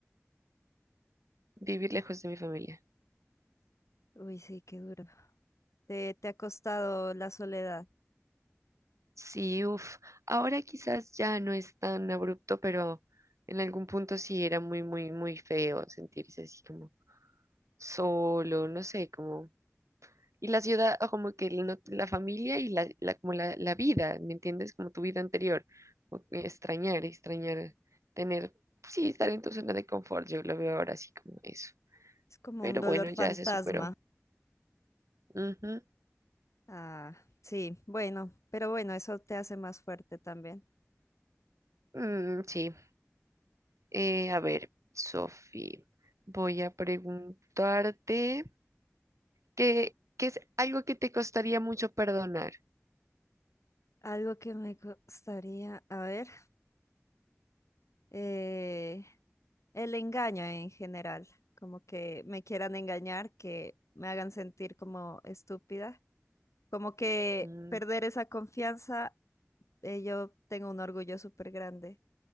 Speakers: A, on the right; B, on the left.
A: vivir lejos de mi familia.
B: Uy, sí, qué duro. Te, te ha costado la soledad.
A: Sí, uff, ahora quizás ya no es tan abrupto, pero en algún punto sí era muy, muy, muy feo sentirse así como solo, no sé, como... Y la ciudad, o como que no- la familia y la, la- como la, la vida, ¿me entiendes? Como tu vida anterior. o que extrañar, extrañar, tener, sí, estar en tu zona de confort, yo lo veo ahora así como eso.
B: Es como
A: Pero
B: un dolor
A: bueno, ya
B: fantasma.
A: se superó. Ujú.
B: Ah, sí, bueno, pero bueno, eso te hace más fuerte también.
A: Mm, sí. Eh, a ver, Sofi, voy a preguntarte qué, qué es algo que te costaría mucho perdonar.
B: Algo que me gustaría, a ver. eh, el engaño en general, como que me quieran engañar, que me hagan sentir como estúpida, como que
A: Mm,
B: perder esa confianza, eh, yo tengo un orgullo súper grande